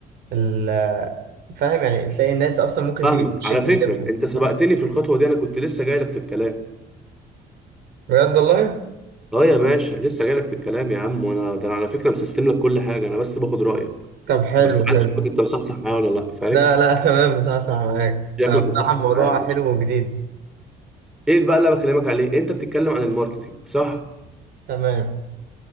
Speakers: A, on the right; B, in the centre.
A: ال- فاهم يعني تلاقي الناس اصلا ممكن
B: فاهمك
A: تيجي تخش
B: على
A: تكلمنا
B: فكره انت سبقتني في الخطوه دي انا كنت لسه جاي لك في الكلام
A: بجد والله
B: اه يا باشا لسه جاي لك في الكلام يا عم وانا ده انا على فكره مسستم لك كل حاجه انا بس باخد رايك
A: طب حلو
B: بس عايز
A: حلو
B: اشوفك انت مصحصح معايا ولا لا فاهم
A: لا لا <laughs> تمام بصراحة أسمع معاك
B: شكلك
A: أنا بصراحة
B: مصحصح
A: الموضوع
B: معايا يا باشا
A: حلو وجديد
B: ايه بقى اللي أنا بكلمك عليه انت بتتكلم عن الماركتينج صح
A: تمام